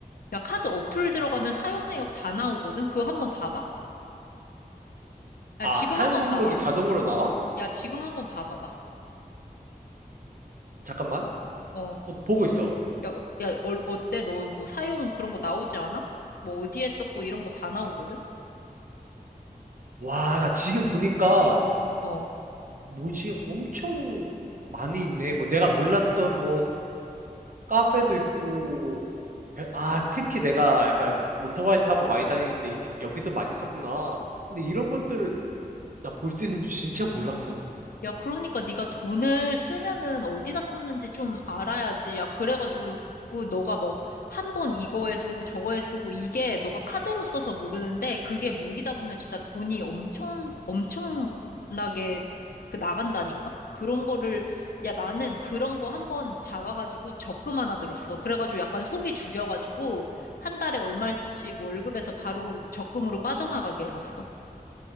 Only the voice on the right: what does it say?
전혀.
아,
사용
목록이
자동으로 나와?
잠깐만.
어, 보고 있어.
와, 나 지금 보니까
뭐지? 엄청 많이 있네. 뭐 내가 몰랐던 뭐 카페도 있고, 배- 아, 특히 내가 약간 오토바이 타고 많이 다니는데 이- 여기서 많이 썼구나. 근데 이런 것들을 나 볼 수 있는 줄 진짜 몰랐어.